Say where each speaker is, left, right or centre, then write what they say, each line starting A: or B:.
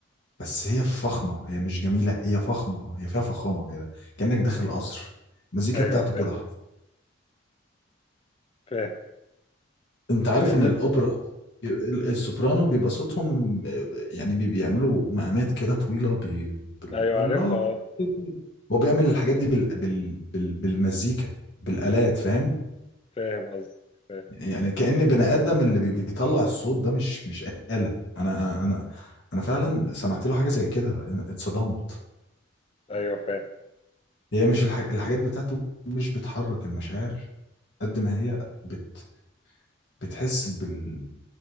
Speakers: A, on the left; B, on the left.
A: بس هي فخمة هي مش جميلة هي فخمة هي فيها فخامة كده كأنك داخل قصر المزيكا
B: ايوه
A: بتاعته
B: فاهم
A: كده حط.
B: فاهم
A: انت عارف
B: طيب
A: ان
B: مين
A: الاوبرا بي- ال- السوبرانو بيبقى صوتهم يعني بي- بيعملوا مقامات كده طويلة بي... بال...
B: ايوه
A: الله
B: عارفها
A: كده. هو بيعمل الحاجات دي بال... بال... بال... بالمزيكا بالآلات فاهم
B: فاهم قصدك فاهم
A: يعني كأن بني آدم اللي بي- بيطلع الصوت ده مش مش آلة انا انا انا أنا فعلا سمعت له حاجة زي كده اتصدمت
B: ايوه فاهم
A: هي مش الح... الحاجات بتاعته مش بتحرك المشاعر قد ما هي بت... بتحس بال...